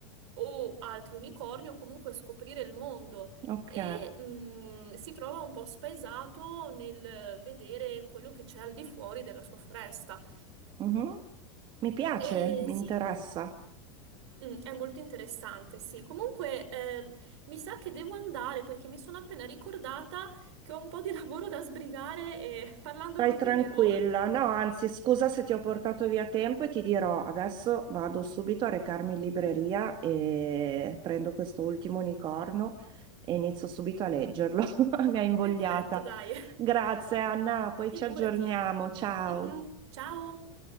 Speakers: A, on the right; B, on the right.
A: o altri unicorni o comunque scoprire il mondo
B: ok.
A: e mh, si trova un po' spaesato nel vedere quello che c'è al di fuori della sua foresta.
B: Mhm. Mi piace,
A: E
B: mi
A: sì,
B: interessa.
A: mm, è molto interessante, sì. Comunque, eh, mi sa che devo andare perché mi sono appena ricordata che ho un po' di <laughs> lavoro da sbrigare e parlando
B: Vai
A: con
B: tranquilla.
A: te mi ero... <laughs>
B: No, anzi, scusa se ti ho portato via tempo e ti dirò, adesso vado subito a recarmi in libreria e prendo questo ultimo unicorno e inizio subito a leggerlo. <laughs> Mi ha invogliata.
A: Perfetto, dai. <laughs>
B: Grazie Anna, poi
A: Figurati.
B: ci aggiorniamo. Ciao.
A: Mhm. Ciao.